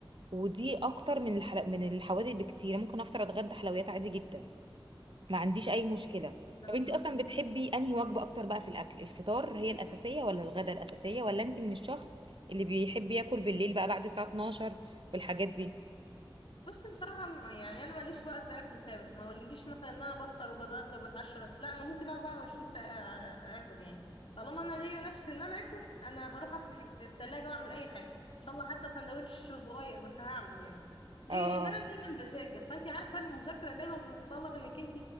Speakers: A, on the right; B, on the left.
A: ودي اكتر من الحل... من الحوادق بكتير ممكن افطر اتغدى حلويات عادي جدا ما عنديش اي مشكله
B: عليها
A: طب انتي اصلا بتحبي انهي وجبه اكتر بقى في الاكل الفطار هي الاساسيه ولا الغدا الاساسيه ولا انتي من الشخص اللي بيحب ياكل بالليل بقى بعد الساعه 12 والحاجات دي
B: بص بصراحة م- يعني أنا ماليش وقت أكل ثابت ما أقولكيش مثلا إن أنا بفطر وبتغدى وبتعشى بس لا أنا ممكن 24 ساعة آكل يعني طالما أنا ليا نفسي إن أنا آكل أنا هروح أفتح التلاجة وأعمل أي حاجة إن شاء الله حتى سندوتش صغير بس هعمل يعني ليه
A: اه
B: لأن أنا دايما بذاكر فأنت عارفة المذاكرة دايما بتتطلب إنك أنت